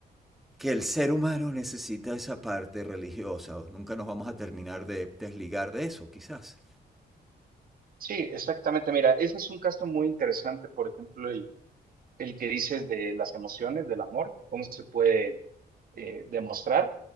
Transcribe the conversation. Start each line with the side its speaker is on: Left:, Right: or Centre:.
Centre: que el ser humano necesita esa parte religiosa. Nunca nos vamos a terminar de desligar de eso, quizás.
Right: Sí, exactamente. Mira, ese es un caso muy interesante, por ejemplo, el, el que dices de las emociones, del amor, cómo se puede eh, demostrar.